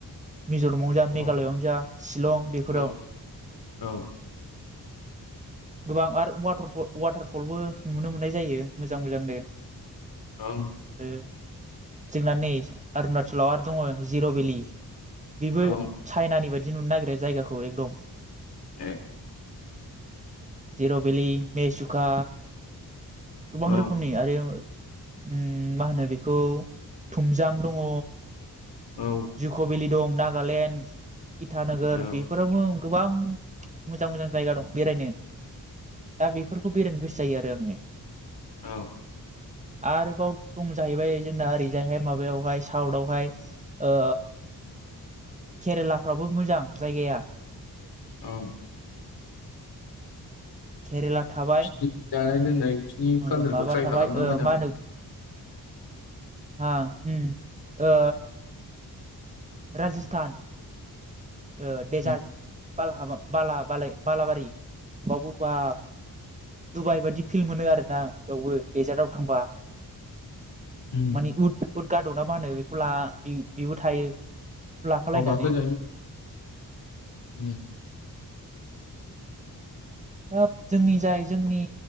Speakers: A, on the right (about 20°); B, on the left (about 80°).
A: मिज'रामावनो जा मेघालयआवनो
B: औ
A: जा शिलं बेफोराव
B: औ औ
A: गोबां आरो वाटारफल वाटारफलबो नुनो मोननाय जायो मोजां मोजांनो
B: ओम
A: ओ जोंना नै अरुणाचलाव आरो दङ जिर' भेलि बेबो
B: औ
A: चाइनानि बायदि बिदि नुनो नागिरो जायगाखौ एकदम
B: ए
A: जिर' भेलि मेसुखा गोबां
B: औ
A: रोखोमनि आरो ओम मा होनो बेखौ थुमजां दङ
B: औ
A: जुख' भेलि दं नागालेण्ड इटानोगोर
B: औ
A: बेफोरावबो गोबां मोजां मोजां जायगा दं बेरायनो दा बेफोरखौ बेरायनो गोसो जायो आरो आङो
B: औ
A: आरोबाव दं जाहैबाय जोंना ओरैजायहाय माबायावहाय साउटआवहाय ओ केरेलाफ्राबो मोजां जायगाया
B: औ
A: खेरेला थाबाय
B: बिसिनि जानाय लोंनाय बिसिनि
A: ओ
B: कालसारखौ
A: माबा
B: ट्राइ
A: थाबाय
B: खालामनो
A: ओ
B: मोजां
A: मा होनो आ ओम ओ राजस्थान ओ डेजार्ट
B: उम
A: बालाहामा बाला बाला बालाबारि बाव बबा डुबाइ बायदि फिल मोनो आरोना बेयावबो दडेजार्टाव थांबा
B: उम
A: मानि उट उदगादना मा होनो बेखौ ला बेबो थायो लाफालायनानै
B: गाव गाखोजायो उम
A: हाब जोंनि जाय जोंनि